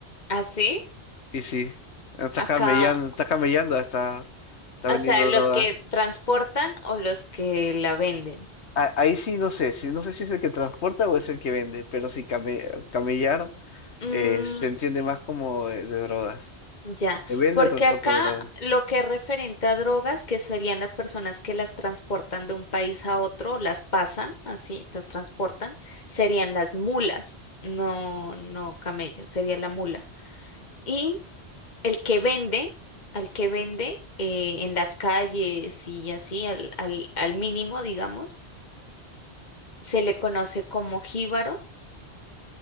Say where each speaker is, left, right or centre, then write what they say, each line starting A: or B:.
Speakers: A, on the left; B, on the left.
A: ¿Así?
B: Y sí, está
A: Acá,
B: camellando, está camellando, está, está
A: o
B: vendiendo
A: sea, los
B: droga.
A: que transportan o los que la venden.
B: A- Ahí sí no sé, sí, no sé si es el que transporta o es el que vende, pero sí, came- camellar
A: Mm,
B: eh, se entiende más como eh, de drogas.
A: Ya,
B: ¿Que vende
A: porque
B: o transporta
A: acá
B: droga?
A: lo que es referente a drogas, que serían las personas que las transportan de un país a otro, las pasan, así, las transportan, serían las mulas, no, no camello, sería la mula. Y el que vende, al que vende eh, en las calles y así, al, al, al mínimo, digamos, se le conoce como jíbaro.